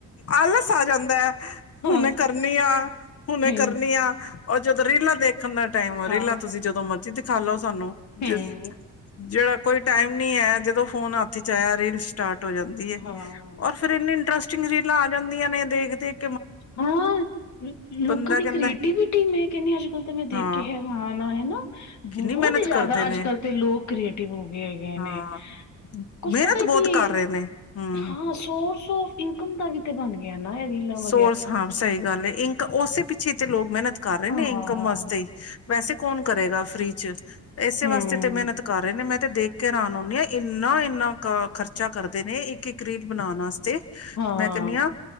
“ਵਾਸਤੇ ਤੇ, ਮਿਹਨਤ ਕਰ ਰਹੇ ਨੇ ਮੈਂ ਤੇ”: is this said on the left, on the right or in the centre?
Left